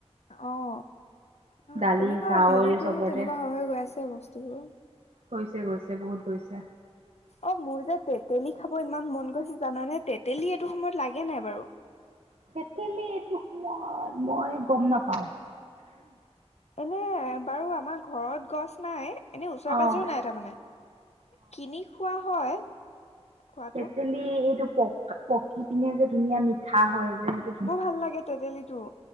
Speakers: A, on the left; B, on the right.
A: অহ '। অ,
B: দালি
A: তেনেকুৱা
B: চাউল
A: ভেলুটো
B: চবতে
A: তেনেকুৱা হৈ হৈ গৈ আছে বস্তুবোৰ।
B: গৈছে গৈছে বহুত গৈছে
A: অ, মোৰ যে তেতেলী খাব ইমান মন গৈছে জানে তেতেলী এইটো সময়ত লাগে নাই বাৰু?
B: তেতেলি এইটো সময়ত মই গম নাপাও।
A: এনে বাৰু আমাৰ ঘৰত গছ নাই। এনে ওচৰে
B: অঁ
A: পাজৰেও নাই তাৰমানে। কিনি খোৱা হয়। খোৱাটো
B: তেতেলি এইটো পক পকি পিনে যে ধুনীয়া মিঠা হয় যে সেইটো
A: বৰ ভাল লাগে তেতেলীটো।